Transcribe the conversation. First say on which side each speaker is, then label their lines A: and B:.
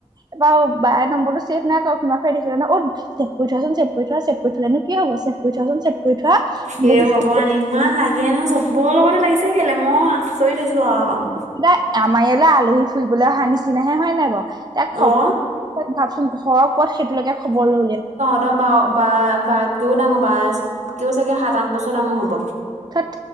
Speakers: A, on the right (about 35°); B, on the right (about 70°).
A: এইবাৰ আৰু বা নম্বৰটো ছেভ নাই কৰা <unintelligible> কৰি না‌ 'উম'। ছেভ কৰি থোৱা ছোন, ছেভ কৰি থোৱা। ছেভ কৰি থোলেনো কি হ'ব, ছেভ কৰি থোৱা ছোন, ছেভ কৰি থোৱা।
B: সেই ভগৱান ইমান লাগে নহয়, চবৰেই লগতে লাগিছে কেলেই? মই আচৰিত হৈছোঁ আৰু।
A: থ'লে, আমাৰ ইয়ালৈ আলহী ফুৰিবলৈ অহা নিচিনাহে, হয় নে‌ নাই বাৰু? তাক খবৰ,
B: অ
A: ভাবচোন ঘৰ ক'ত সেইটো লৈকে খবৰ লৈ দিয়ে।
B: দ, বা বা, বাতকেও ডাঙৰ। বা, ছ, কেও চাগে সাত আঠ বছৰ ডাঙৰ হ'ব।
A: ঠোট।